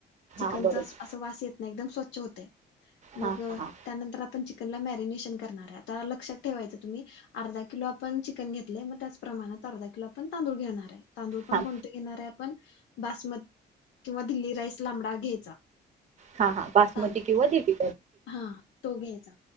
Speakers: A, on the left (about 85°); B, on the right (about 40°).
A: चिकनचा
B: हां बरोबर
A: असं असा वास येत नाही एकदम स्व <inaudible> मग
B: हां हां
A: त्यानंतर आपण चिक ह्याला मॅरिनेशन करणार आता लक्षात ठेवायचं तुमी अर्धा किलो आपण चिकन घेतलंय मग त्याच प्रमाणात अर्धा किलो आपण तांदूळ घेणार आहे तांदूळ पण
B: हां
A: कोणते येणार आहे पण बासमत किंवा दिल्ली राईस लांबडा घ्यायचा.
B: हा हा बासमती
A: तांदूळ
B: किंवा देवी
A: हा तो घ्यायचा